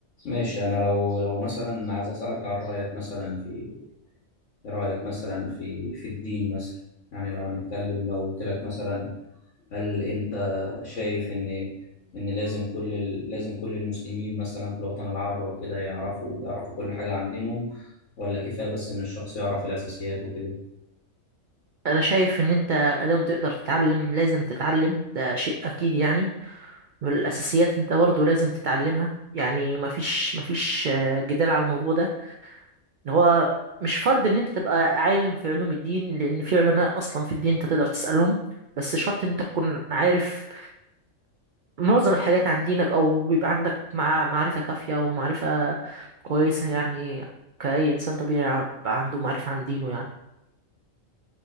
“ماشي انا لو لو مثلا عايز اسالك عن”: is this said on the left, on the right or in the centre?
Left